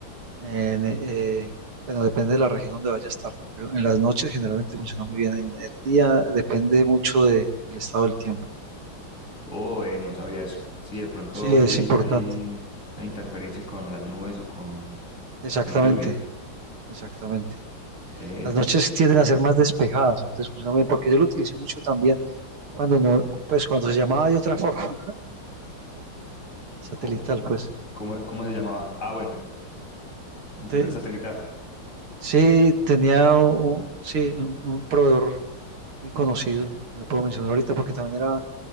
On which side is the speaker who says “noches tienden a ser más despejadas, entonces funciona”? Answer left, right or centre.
Right